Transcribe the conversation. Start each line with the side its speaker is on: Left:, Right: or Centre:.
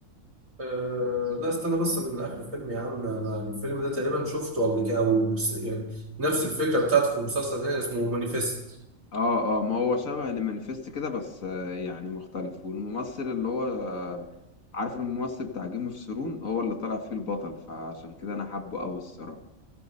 Right: أه لا استنى بس من آخر الفيلم يا عم أنا الفيلم ده تقريبا شفته قبل كده أو س- يعني نفس الفكرة بتاعته في مسلسل تاني اسمه مانيفست
Left: اه اه ما هو شبه المانيفست كده بس آه، يعني مختلف والممثل اللي هو آه، عارف الممثل بتاع جيم اوف ثرون هو اللي طلع فيه البطل فعشان كده انا حابه قوي الصراحة